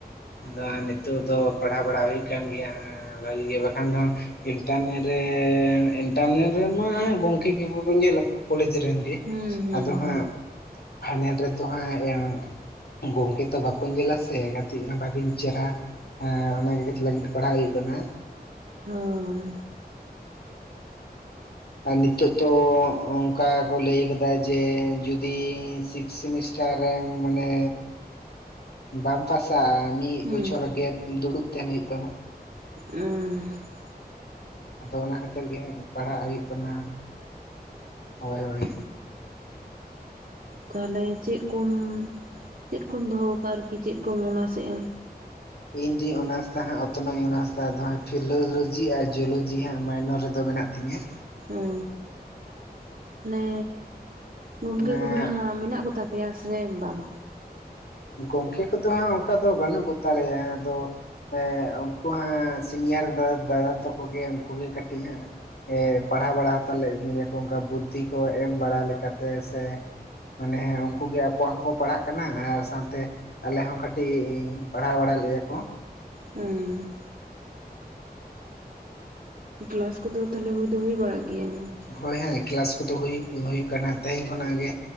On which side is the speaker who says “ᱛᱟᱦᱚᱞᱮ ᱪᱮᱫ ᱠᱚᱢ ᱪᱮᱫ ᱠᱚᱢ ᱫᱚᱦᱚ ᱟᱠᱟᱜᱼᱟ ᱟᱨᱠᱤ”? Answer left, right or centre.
Right